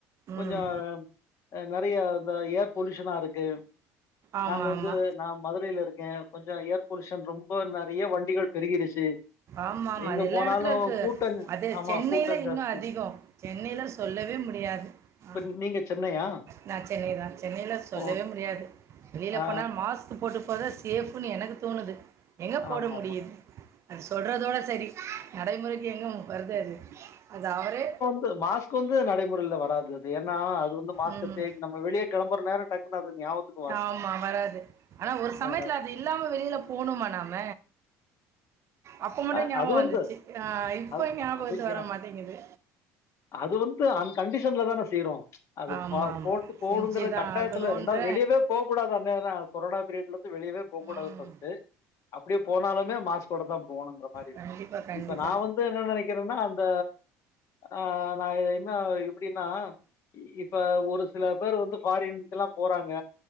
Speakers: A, on the left (about 50°); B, on the right (about 45°).
A: கொஞ்சோ
B: ம்
A: அ நெறைய இந்த ஏர் பொலியுஷனா இருக்கு
B: ஆமா
A: நாங்க வந்து
B: ஆமா
A: நா மதுரைல இருக்கே கொஞ்சோ ஏர் பொலுயுஷன் ரொம்ப நெறைய வண்டிகள் பெருகிருச்சு
B: ஆமாமா
A: எங்க
B: அது எல்லா
A: போனாலு
B: எடத்துலருக்கு
A: கூட்ட
B: அது
A: ஆமா
B: சென்னைல
A: கூட்ட ஜாஸ்தி
B: இன்னு அதிகோ சென்னைல சொல்லவே முடியாது
A: இப்ப
B: ஆ
A: நி நீங்க சென்னையா
B: நா சென்னை தா சென்னைல சொல்லவே
A: ஓ
B: முடியாது வெளில
A: ஆ
B: போனா மாஸ் சு போட்டு போறதா சேஃப்ன்னு எனக்கு தோணுது எங்க போட
A: ஆமாமா
B: முடியுது அது சொல்றதோட செரி நடைமுறைக்கு எங்கும் வருது அது அத அவரே
A: து மாஸ்க்கு வந்து நடைமுறைல வராது அது ஏனா அது வந்து மாஸ்க்
B: ம்
A: தேடி நம் ம வெளிய கெளம்புற நேரோ டக்குனு அது நியாவத்துக்
B: ஆமா வராது ஆனா ஒரு சமயத்துல
A: வராது
B: அது இல்லாம வெளில போணோமா நாம அப்ப மட்டு
A: அ
B: ஞாபக
A: அது வந்து
B: வந்துச்சு அ இப்ப
A: அது
B: ஞாபகத்து
A: அது ஞா
B: வர மாட்டேங்குது
A: அது வந்து அந் கண்டிஷன்லதான செய்றோ அது
B: ஆமா,
A: ப
B: ஆமா.
A: போட்டு போடுங்குற
B: செஞ்சுதான்
A: கட்டாயத்துல
B: ஆகணுன்ற
A: ரெண்டாவ வெளியவே போக்கூடாது அந்நேரம் கொரோனா பீரியட்லந்து வெளியவே போக்கூடாது
B: ம்.
A: ஃபஸ்ட்டு அப்பிடியே போனாலுேமே மாஸ்க் கோடதா போணுங்கறமாரி
B: கண்டிப்பா, கண்டிப்பா.
A: இப்ப நா வந் து என்ன நெனக்கிறன்னா அந்த அ நா என்ன எப்டினா இ இப்ப ஒரு சில பேரு வந்து ஃபாரின்க்லா போறாங்க